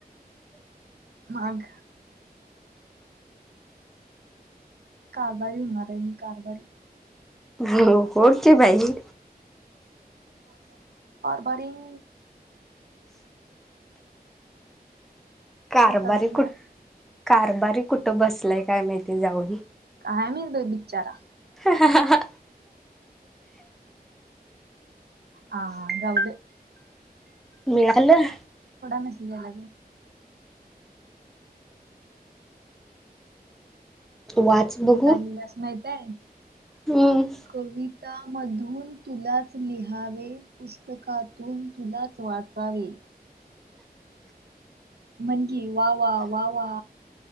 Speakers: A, on the right; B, in the centre.
A: मग कारबारी होणार रली कारबारी
B: हो होडचे भाई
A: बरन
B: कारबारी
A: शेतात जाणार
B: कुठ कारबारी कुठं बसलाय काय माहिती जाऊन
A: काय मितो बिचारा
B: ह
A: ह अ एवड
B: मिळालं
A: म का
B: वाच बघू
A: कालिदास माहित आहे
B: हम्म
A: कवी त्यामधून तुलाच लिहावे पुस्तकातून तुलाच वाचावे म्हण की वा वा वा वा